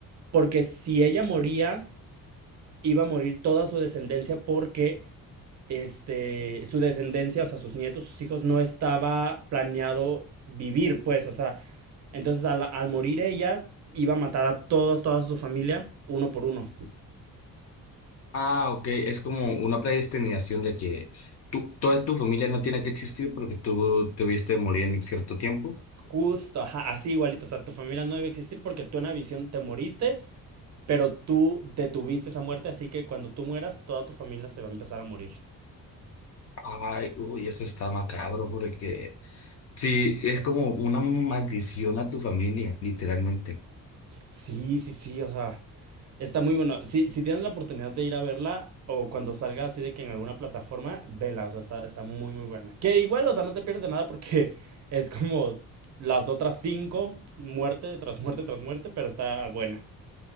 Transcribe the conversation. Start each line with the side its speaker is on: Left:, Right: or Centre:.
Right: porque si ella moría, iba a morir toda su descendencia porque este, su descendencia, o sea, sus nietos, sus hijos, no estaba planeado vivir, pues, o sea, entonces al, al morir ella, iba a matar a todos, toda su familia, uno por uno.
Left: Ah, ok, es como una predestinación de que tú, toda tu familia no tiene que existir porque tú te viste morir en cierto tiempo.
Right: Justo, ajá, así igualito. O sea, tu familia no debe existir porque tú en la visión te moriste, pero tú detuviste esa muerte, así que cuando tú mueras, toda tu familia se va a empezar a morir.
Left: Ay, uy, eso está macabro porque sí, es como una maldición a tu familia, literalmente.
Right: Sí, sí, sí, o sea, está muy bueno. Si, si tienes la oportunidad de ir a verla o cuando salga así de que en alguna plataforma, vela, o sea, está, está muy, muy buena. Que igual, o sea, no te pierdes de nada porque <laughs> es como las otras cinco, muerte tras muerte tras muerte, pero está buena.